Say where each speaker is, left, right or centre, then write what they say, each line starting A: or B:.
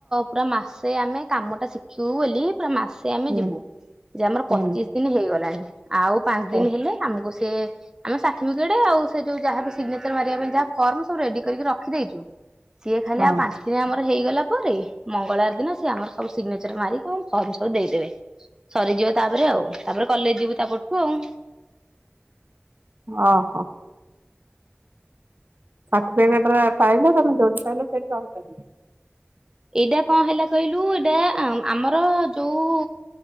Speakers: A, on the right; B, on the right.
A: ପୁରା ମାସେ ଆମେ କାମଟା ଶିଖିବୁ ବୋଲି ପୁରା ମାସେ ଆମେ
B: ହୁଁ
A: ଯିବୁ। ଯେ ଆମର
B: ହୁଁ
A: ପଚିଶ ଦିନ ହେଇଗଲାଣି। ଆଉ ପାଞ୍ଚ ଦିନ
B: ଓ
A: ହେଲେ ଆମକୁ ସେ ଆମ ସାଟିପିକେଟ ଆଉ ସେ ଯୋଉ ଯାହା ବିି ସିଗନେଚର ମାରିବା ପାଇଁ ଯାହା ଫର୍ମ ସବୁ ରେଡି କରିକି ରଖ ରଖିଦେଇଛୁ। ସିଏ ଖାଲି
B: ହଁ
A: ଆଉ ପାଞ୍ଚ ଦିନ ଆମର ହେଇଗଲା ପରେ ମଙ୍ଗଳବାର ଦିନ ସିଏ ଆମର ସବୁ ସିଗ୍ନେଚର ମାରିକି ଆମ ଫର୍ମ ସବୁ ଦେଇଦେବେ। ସରିଯିବ ତାପରେ ଆଉ ତାପରେ କଲେଜ ଯିବୁ ତାପରଠୁ ଆଉ।
B: <inaudible> ଓ ହୋ। ସାର୍ଟିଫିକେଟ ରେ ପାଇଲେ ତମେ ଯୋଉଠି ପାଇଲେ ସେଇଠି ରହି ପାରି
A: ଏଇଟା କଣ ହେଲା କହିଲୁ, ଏଇଟା ଆ ଆମର ଯୋଉ